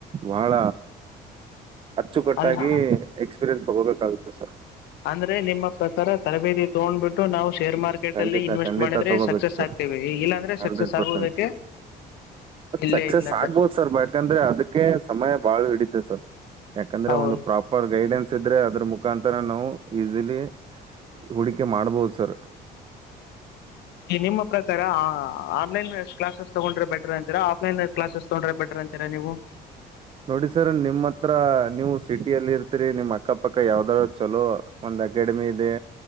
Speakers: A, on the right; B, on the left.
A: ಬಾಳ ಹಚ್ಚು ಕೊಟ್ಟಾಗಿ
B: ಅಂದ್ರ
A: ಎಕ್ಸ್ ಸಸ್ ತಗೋಗೋಬೇಕಾಗುತ್ತೆ ಸರ್.
B: ಅಂದ್ರೆ ನಿಮ್ಮ ಪ್ರಕಾರ ತರಬೇತಿ ತೊಗೊಂಡ್ಬಿಟ್ಟು ನಾವು ಶೇರ್ ಮಾರ್ಕೆಟ್
A: ಖಂಡಿತ
B: ಅಲ್ಲಿ ಇನ್ವೆಸ್ಟ್
A: ಖಂಡಿತ
B: ಮಾಡಿದ್ರೆ
A: ತಗೋಬೇಕು
B: ಸಕ್ಸಸ್
A: ಸರ್
B: ಆಗ್ತೇವಿ ಇಲ್ಲಾಂದ್ರೆ
A: ಹಂಡ್ರೆಡ್
B: ಸಕ್ಸಸ್ ಆಗುವುದಕ್ಕೆ
A: ಪರ್ಸೆಂಟ್
B: ಇಲ್ಲೇ
A: ಸಕ್ಸಸ್
B: ಇಲ್ಲ
A: ಆಗ್ಬೋದು ಸರ್ ಬಕಂದ್ರೆ ಅದಕ್ಕೆ ಸಮಯ ಬಾಳ ಹಿಡಿತೆ ಸರ್ಸ ಯಾಕಂದ್ರೆ
B: ಹೌದು
A: ಒಂದು ಪ್ರಾಪರ್ ಗೈಡೆನ್ಸ್ ಿದ್ರೆ ಅದ್ರ ಮುಖಾಂತರ ನಾವು ಈಸಿಲಿ ಹೂಡಿಕೆ ಮಾಡಬಹುದು ಸರ್
B: ಈ ನಿಮ್ಮ ಪ್ರಕಾರ ಆನ್ಲೈನ್ ಕ್ಲಾಸಸ್ ತಗೊಂಡ್ರೆ ಬೆಟರ್ ಅಂತೀರಾ ಆಫ್ಲೈನ್ ಕ್ಲಾಸಸ್ ತಗೊಂಡ್ರೆ ಬೆಟರ್ ಅಂತೀರಾ ನೀವು
A: ನೋಡಿ ಸರ್ ನಿಮ್ಮ ಹತ್ರ ನೀವು ಸಿಟಿಯಲ್ಲಿ ಇರ್ತೀರಿ ನಿಮ್ಮ್ ಅಕ್ಕಪಕ್ಕ ಯಾವ್ದಾರ ಚಲೋ ಒಂದ್ ಅಕಾಡೆಮಿ ಇದೆ